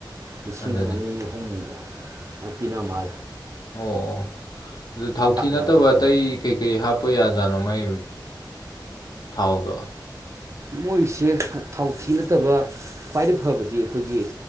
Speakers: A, on the right; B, on the left.
A: ꯂꯤꯁꯤꯡ
B: ꯑꯗꯨꯅꯦ
A: ꯑꯅꯤ ꯑꯍꯨꯝꯛ ꯄꯤꯅꯣ ꯃꯥꯜ
B: ꯑꯣ ꯑꯣ ꯑꯗꯨ ꯊꯥꯎꯊꯤ ꯅꯠꯇꯕ
A: ꯌꯥꯝ ꯐꯠꯇꯕ
B: ꯑꯇꯩ ꯀꯩꯀꯩ ꯍꯥꯞꯄ ꯌꯥꯖꯥꯠꯅꯣ ꯃꯥꯏ ꯊꯥꯎꯗꯣ
A: ꯃꯣꯏꯁꯦ ꯊꯥꯎꯊꯤ ꯅꯠꯇꯕ ꯈ꯭ꯋꯥꯏꯗꯩ ꯐꯕꯗꯤ ꯑꯩꯈꯣꯏꯒꯤ